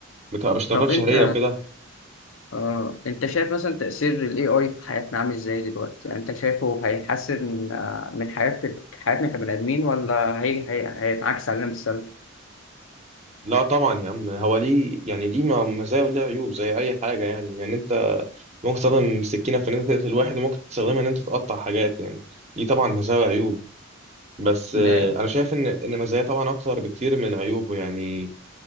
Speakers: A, on the right (about 35°); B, on the left (about 75°).
A: بتبقى باشتراكات
B: طب
A: شهريه
B: أنت
A: وكده
B: آه، انت شايف مثلا تأثير ال AI في حياتنا عامل ازاي دلوقتي؟ يعني انت شايفه هيحسن آه، من حياة حياتنا كبني آدمين ولا هي... هي... هينعكس علينا بالسلب؟
A: لا طبعا يا عم هو ليه يعني ليه ما- مزايا وليه عيوب زي اي حاجه يعني يعني انت ممكن تستخدم سكينه في ان انت تقتل واحد وممكن تستخدمها ان انت تقطع حاجات يعني ليه طبعا مزايا وعيوب بس آه،
B: إن-
A: انا شايف ان ان مزايا طبعا اكتر بكتير من عيوبه يعني